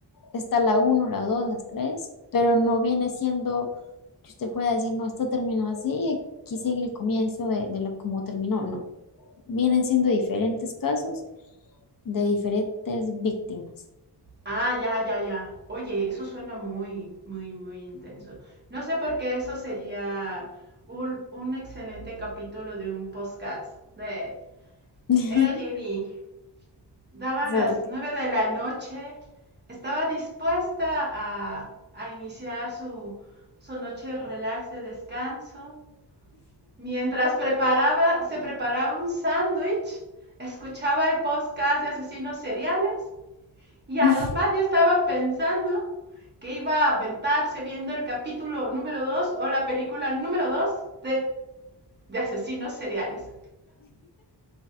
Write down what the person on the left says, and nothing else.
está la uno la dos las tres pero no viene siendo que usted pueda decir, no, esto terminó así y aquí sigue el comienzo de, de lo, cómo terminó. No, vienen siendo diferentes casos de diferentes víctimas.
<laughs>
Porque
<laughs>